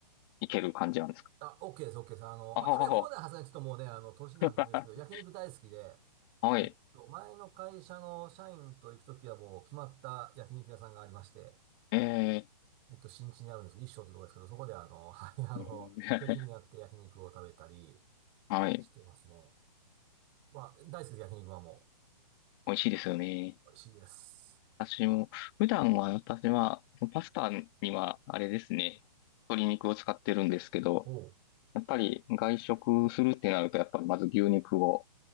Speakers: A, on the left; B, on the right.
A: いける感じなんですか
B: あ、OK です、OK です。あの、
A: あははは。
B: まあ、食べ放題はずにちょっともうね、あの、年なんでもいいですけど、
A: <laughs>
B: 焼肉大好きで、
A: はい。
B: えっと、前の会社の社員と行くときはもう決まった焼肉屋さんがありまして、
A: え
B: えっと、新地にあるんですけど、一生ってとこですけど、そこであの、<laughs> はい、あの、
A: ー、えー
B: 定期的にやって焼肉を食べたり
A: <laughs> はい。
B: してますね。まあ、大好きです、焼肉はも
A: 美味しいですよね。
B: う。美味しいです。
A: 私も、普段は私は、パスタにはあれですね、鶏肉を使ってるんですけど、
B: お
A: やっぱり外食するってなると、やっぱりまず牛肉を、